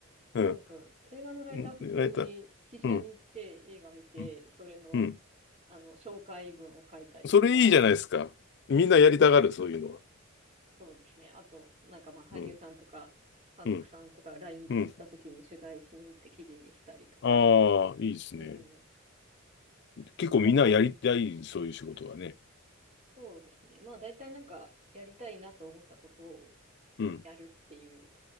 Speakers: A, on the left; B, on the right.
A: うん。
B: そうそう、映画のライター普通に試写に行って映画見て、
A: うんライター。うん、うん、
B: それの、
A: うん。
B: あの、紹介文を書いたりとか、
A: それいいじゃないですか。みんなやりたがる、
B: そう
A: そういうのは。
B: そうですね。あと、なんかまあ俳優さんとか、
A: うん、
B: 監督さんとか来日した時に取材しに行って記事にしたりとか、
A: うん、うん。ああ、いいですね。
B: うん。
A: 結構みんなやりたい、
B: なんかまあ、
A: そういう仕事はね。
B: そうですね。まあ大体なんかやりたいなと思ったことを
A: うん。
B: やるっていう。